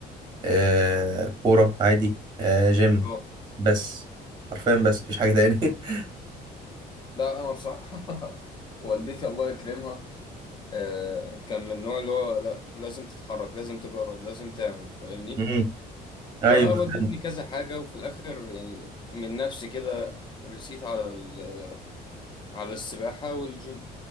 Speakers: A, on the right; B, on the left.
A: آه... كوره عادي آه... جيم
B: اه
A: بس حرفيا بس مفيش حاجه تاني <laughs>
B: لا انا بصراحة <laughs> والدتي الله يكرمها آه، كان من النوع اللي هو لا لازم تتحرك لازم تجرب لازم تعمل فاهمني
A: امم ايوه
B: فودتني
A: فهمت.
B: كذا حاجة وفي الآخر يعني من نفسي كده رسيت على ال- على السباحة والجيم